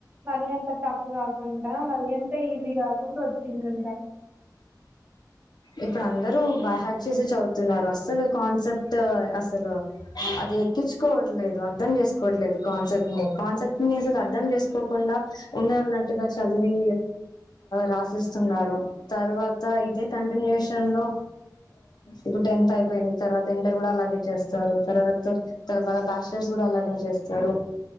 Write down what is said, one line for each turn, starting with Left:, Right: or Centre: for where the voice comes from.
Right: మరి అంత టఫ్ కాకుండ్ మరి అంత ఈజీగా కాకుండా వచ్చ్ ఎండంట
Left: ఇప్పుడు అందరూ బయ్ హ్యాట్ చేసి చదువుతున్నారు అస్సలు కాన్సెప్ట్ అసలు అది ఎక్కించుకోవట్లేదు అర్ధం చేసుకోవట్లేదు కాన్సెప్ట్ ని కాన్సెప్ట్ ని అసలు అర్ధం చేసుకోకుండా ఉన్నదున్నట్టుగా చదివి రాసిస్తున్నారు తర్వాత ఇదే కంటిన్యూేషన్ లో ఇప్పుడు టెన్త్ అయిపోయింది తర్వాత ఇంటర్ కూడా అలాగే చేస్తారు తర్వాతవాళ్ళ బ్యాచలర్స్ కూడా అలాగే చేస్తారు